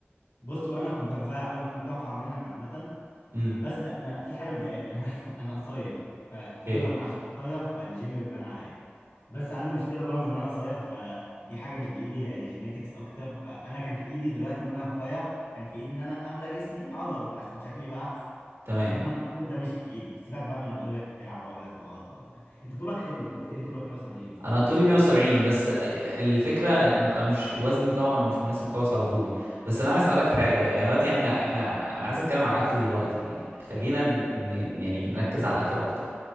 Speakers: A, on the left; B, on the right.
A: بص وانا كنت مفيع قوي انا كنت انفع منك عامه
B: امم
A: بس انا في حاجه مضايقاني انا <laughs> انا قصير فانا
B: اوكي
A: لما عشان قصير فالجيم بيبان عليا بس عندي مشكله برضه ان انا قصير فدي حاجه مش بايدي هي جينيتكس اكتر فانا كان في ايدي دلوقتي ان انا رفيع كان في ايدي ان انا املى جسمي عضل عشان شكلي يبقى احسن
B: تمام
A: لكن انا طولي ده مش في ايدي سيبك بقى من اللي بيقول لك تلعب عقله تبقى اطول ده انت طولك حلو انت قلت لي طولك 170
B: انا طولي 170 بس الفكرة أنا مش وزني طبعا مش مناسب خالص على طولي بس انا عايز اسالك حاجة يعني دلوقتي احنا احنا انا عايز اتكلم على الاكل دلوقتي يعني خلينا ن... يعني نركز على الاكل اكتر